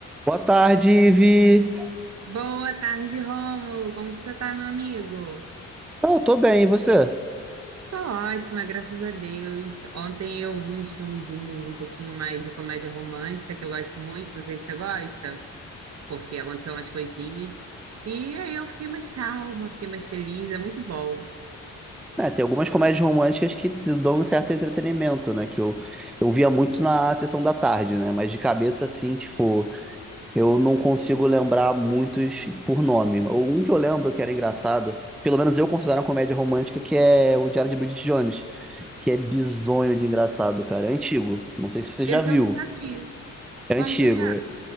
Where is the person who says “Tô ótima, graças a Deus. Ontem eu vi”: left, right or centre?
Right